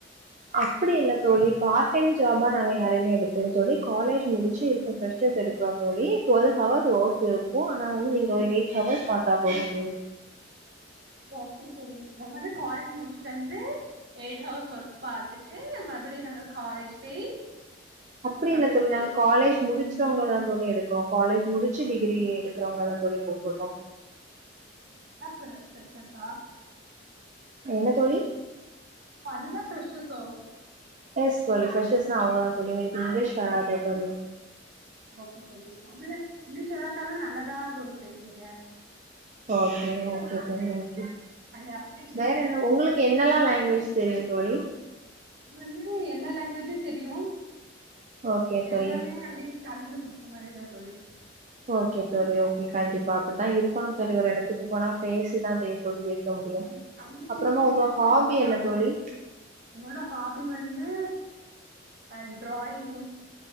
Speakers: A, on the right (about 40°); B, on the right (about 60°).
A: அப்படி இல்ல தோழி பார்ட் டைம் ஜாபா நாங்க யாரையுமே எடுக்கல தோழி காலேஜ் முடிச்சா இருக்க ஃப்ரெஷ்ஷர் ஸர்ஸ் எடுக்குறோ தோழி டுவல்வ் ஹவர்ஸ் ஒர்க் இருக்கு ஆனா வந்து நீங்க ஒரு எயிட் ஹவர்ஸ் பாத்தா போது தோழி
B: ஒ அப்படி தோழி நா வந்து காலேஜ் முடிச்சிட்டு வந்து எய்ட் ஹவர்ஸ் ஒர்க் பாத்துட்டு மத் எப்படி நாங்க காலேஜ் பேய்
A: அப்படி இல்ல
B: அப்டி
A: தோழி நாங்க காலேஜ் முடிச் சவங்கல்லா தோழி எடுக்குறோ காலேஜ் முடிச்சி டிகிரி எடுக்கறவங்கல்லா தோழி கூப்புட்றோ
B: நான்ந்தா சொன்ன செர்செக்கா
A: என்ன தோழி
B: அதுதா ஃப்ரெஷ்ஷஸ்ஸோ
A: எஸ் தோழி ஃப்ரெஷ்ஷனா அவங்க தா தோழி உங்களுக்கு இங்கிலீஷ் வராதோ தோழி
B: <unintelligible> அப்பில்ல இங்லீஷ இல்லாத்தாலு நல்லதா தோழி பேசுவே
A: ஓகே ஓகே தோழி ஓகே
B: ஐ அப்ரிஷியேட்
A: வேற
B: யூ
A: என்ன உங்களுக்கு என்னெல்லா லாங்குவேஜ் தெரியு தோழி
B: இ வந்து எல்லா லேங்குவேஜு தெரியு
A: ஓகே தோழி
B: எல்லாமே அப்டி கறந்து குடிச்ச மாரிதா தோழி
A: ஓகே தோழி ஓகே கண்டிப்பா அப்படித்தா இருக்கணும தோழி ஒரு எடத்துக்கு போனா பேசி தா தே தோழி இருக்முடியு
B: ம் கம்யூனிகேஷன்
A: அப்புறமா உங்க
B: ஸ்கில்ஸ்
A: ஹாபி
B: தா
A: என்ன
B: முக்கியோ
A: தோழி
B: என்னோட ஹாபி வந்து அ டிராயிங்